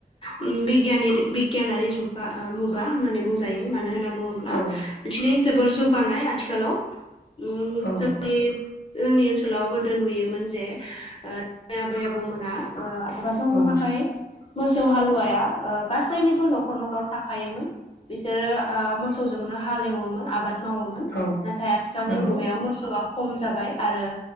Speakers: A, on the left; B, on the left.
A: उम बिगियानारि बिगियानारि जुग। गा ओ मुगा होननानै बुंजायो मानो होनना बुङो ब्ला
B: औ
A: इदिनो जोबोर जौगानाय आथिखालाव उम
B: औ
A: जों नि जोंनि ओनसोलाव गोदो नुयोमोन जे ओ आबै आबौ बौ मोना ओ आबाद मावनो
B: औ
A: थाखाय मोसौ हालुवाया ओ गासैनिबो न'खर न'खर थाखायोमोन। बिसोरो ओ मोसौजोंनो हाल एवोमोन आबाद मावौमोन
B: औ
A: नाथाय आथिखालनि
B: नंगौ
A: मुगायाव मोसौआ खम जाबाय आरो